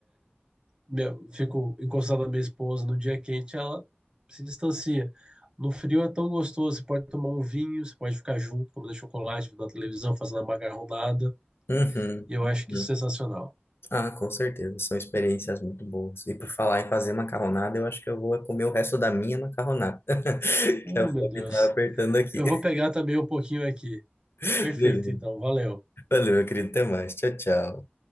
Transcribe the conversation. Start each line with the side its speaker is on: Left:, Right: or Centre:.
Right: meu, fico encostado na minha esposa no dia quente, ela se distancia. No frio é tão gostoso, você pode tomar um vinho, você pode ficar junto, comendo chocolate, vendo a televisão, fazendo a macarronada,
Left: uhum,
Right: e eu
Left: uhum.
Right: acho que isso é sensacional.
Left: Ah, com certeza, são experiências muito boas. E por falar em fazer macarronada, eu acho que eu vou comer o resto da minha macarronada, <laughs>
Right: Uh,
Left: que a fome
Right: meu Deus.
Left: tá apertando aqui.
Right: Eu vou pegar também um pouquinho aqui.
Left: <laughs>
Right: Perfeito,
Left: Beleza.
Right: então, valeu.
Left: Valeu, meu querido, até mais. Tchau, tchau.